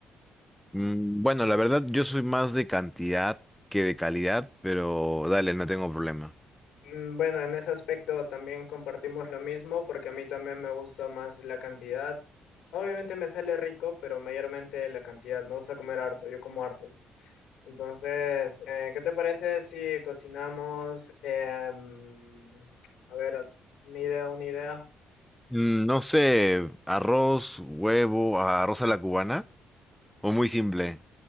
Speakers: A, in the centre; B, on the left (about 85°).
A: Mm, Bueno, la verdad yo soy más de cantidad que de calidad, pero dale, no tengo problema.
B: Mm, Bueno, en ese aspecto también compartimos lo mismo porque a mí también me gusta más la cantidad. Obviamente me sale rico, pero mayormente la cantidad. Me gusta comer harto, yo como harto. Entonces, eh, ¿qué te parece si cocinamos? em, a ver, una idea, una idea.
A: Mm, No sé, arroz, huevo, arroz a la cubana o muy simple.